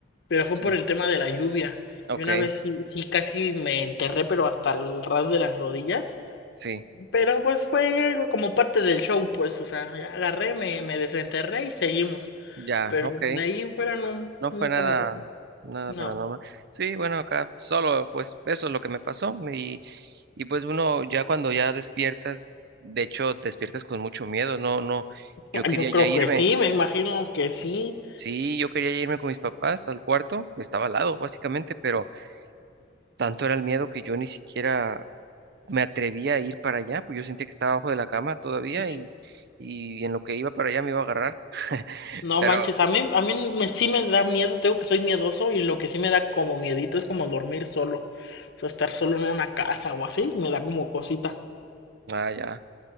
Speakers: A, on the left; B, on the right.
A: pero fue
B: sí.
A: por el tema de la lluvia.
B: Ok,
A: Y una vez sí, sí casi me enterré, pero hasta el ras de las rodillas.
B: sí,
A: Pero pues fue algo como parte del show, pues, o sea, ya agarré, me, me desenterré y seguimos.
B: ya,
A: Pero
B: ok.
A: de ahí en fuera no,
B: No
A: nunca
B: fue nada,
A: me pasó.
B: nada
A: No.
B: paranormal. Sí, bueno, acá solo, pues eso es lo que me pasó. Y, y pues uno ya cuando ya despiertas, de hecho, despiertas con mucho miedo. No, no, yo
A: Ah,
B: quería
A: Yo creo
B: ya irme.
A: que sí, me imagino que sí.
B: Sí, yo quería ya irme con mis papás al cuarto. Estaba al lado, básicamente, pero tanto era el miedo que yo ni siquiera me atrevía a ir para allá, pues yo sentía que estaba abajo de la cama todavía
A: Sí, sí.
B: y, y en lo que iba para allá me iba a agarrar. <laughs>
A: No
B: Pero,
A: manches, a mí, a mí me, sí me da miedo, tengo que soy miedoso y lo que sí me da como miedito es como dormir solo. O sea, estar solo en una casa o así, me da como cosita.
B: ah, ya.